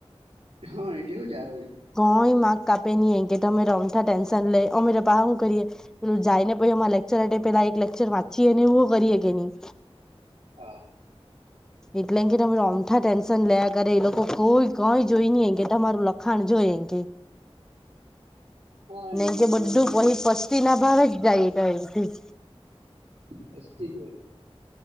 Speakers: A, on the right (about 85°); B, in the centre.
A: હા, એટલું જ આવે.
B: કોઈ માક કાપે નહીં એ કે, તમે રમતા ટેન્શન લે, અમે તો પાહા શું કરીએ? પેલું જાય ને, પછી એમા લેક્ચર આવે. પેલા એક લેક્ચર વાંચીએ અને એવું કરીએ કે નહીં?
A: હા.
B: એટલે કે તમે ઓમઠા ટેન્શન લેયા કરે, એ લોકો કોઈ કંઈ જોઈ ન એ કે તમારું લખાણ જોય એ કે?
A: હ, એમ
B: ને
A: એ લોકો
B: કે બધું
A: જે
B: પહી પસ્તી ના, ભાવ જ જાય એટો એમ.
A: બસ્તી જ વળડી.